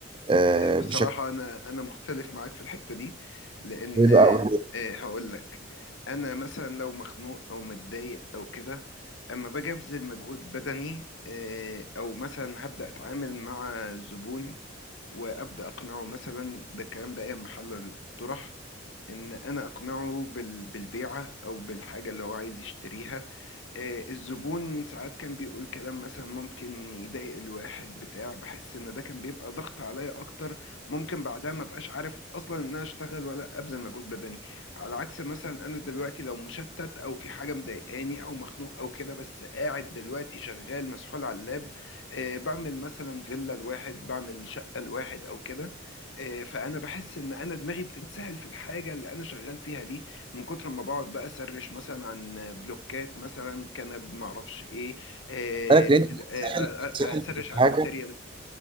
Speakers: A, on the right (about 25°); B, on the left (about 70°).
A: آه،
B: آه، بصراحة
A: بشكل
B: أنا أنا مختلف معاك في الحتة دي لأن
A: كبير
B: آه،
A: بقى أقول لك
B: آه، هقول لك أنا مثلا لو مخنوق أو متضايق أو كده أما باجي أبذل مجهود بدني آه، أو مثلا هبدأ أتعامل مع زبون وأبدأ أقنعه مثلا ده الكلام ده أيام محل الطرح إن أنا أقنعه بال- بالبيعة أو بالحاجة اللي هو عايز يشتريها آه، الزبون ساعات كان بيقول كلام مثلا ممكن يضايق الواحد بتاع بحس ان ده كان بيبقى ضغط عليا اكتر ممكن بعدها ما بقاش عارف اصلا ان انا اشتغل ولا ابذل مجهود بدني على عكس مثلا انا دلوقتي لو مشتت او في حاجه مضايقاني او مخنوق او كده بس قاعد دلوقتي شغال مسحول على اللاب آه، بعمل مثلا فيلا لواحد بعمل شقه لواحد او كده آه، فانا بحس ان انا دماغي بتتسهل في الحاجه اللي انا شغال فيها دي من كتر ما بقعد بقى اسرش مثلا عن بلوكات مثلا كنب معرفش ايه آه،
A: بالك، لأن أنت بتتسحل
B: آه، آه،
A: بتتسحل
B: آه، آه، اسرش
A: في
B: عن
A: الحاجة
B: ماتيريال